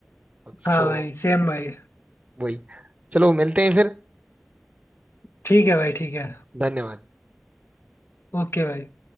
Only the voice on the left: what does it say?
हाँ भाई सेम भाई
ठीक है भाई ठीक है
ओके भाई